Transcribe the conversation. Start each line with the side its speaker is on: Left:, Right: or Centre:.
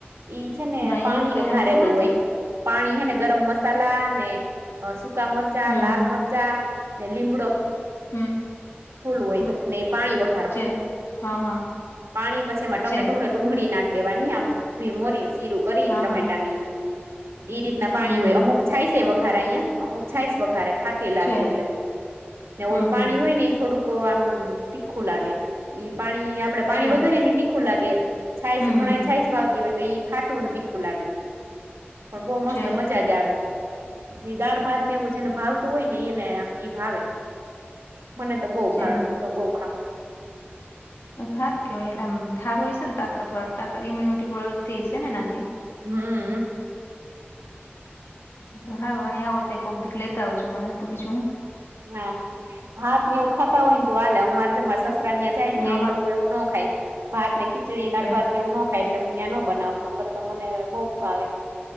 Right: ઈ છે ને
Left: ના
Right: પાણી
Left: એવું કઈ
Right: વઘારેલું
Left: સાંભળવું નથી
Right: હોય. પાણી હે ને ગરમ મસાલા ને સુકા મરચા
Left: હમ
Right: લાલ
Left: હમ
Right: મરચાં ને લીમડો
Left: હમ્મ.
Right: ફૂલ હોય ને પાણી વ
Left: છે હા હા.
Right: પાણી પછી એમાં ટમેટું
Left: છે
Right: ને ડુંગળી નાખ દેવાની આમ ઊભી મોરીને સીરું કરીને
Left: હા
Right: ટમેટા
Left: હા હા
Right: નીને. એ રીતના પાણી
Left: હમ
Right: હોય
Left: હમ
Right: અમુક છાય છે વઘારે અહિયાયા અમુક છાય વઘારે. ખાટે લાગે
Left: છે
Right: એટલે ને
Left: હમ
Right: ઓલું
Left: હમ
Right: પાણી હોય ને એ થોડુંક. આમ તીખું લાગે ઈ પાણી આપડે પાણી
Left: છે
Right: વગરે ની તીખું લાગે. છાઈસ
Left: હમ
Right: ઘણા
Left: હમ
Right: છાઈસ ભાવતી હોય તો ઈ ખાટું ને થીખું લાગે. પણ બહુ મસ્ત
Left: છે
Right: મજાજ આવે. જે દાળ ભાત ને એવું જેને ભાવતું હોય ને એને એ ભાવે. મને તો બહું
Left: છે
Right: ભાવે હું તો બઉ ખાઉ.
Left: હારું કેવાય એટલે આમ હારું હશે ને કાક અથવા તાત ઈમ્યુનિટી મળતી હશે ને એનાથી.
Right: હમ્મ.
Left: તો સારું અહીંયા આવો તો એક કોક દીક લેતા આવજો મારા હાટું બીજું હું.
Right: હા ભાત ને એવું ખાતા હોય ને તો હાલે અમારે જ અમારે સસરા ને અહીંયા ખાય
Left: હું અમાર
Right: ને એ લોકો એવું ન ખાય ભાત ને ખીચડી દાળ
Left: છે
Right: ભાતને એવું નો ખાય એટલે હું અહીંયા નો બનાવું નકર તો મને બહુ ભાવે.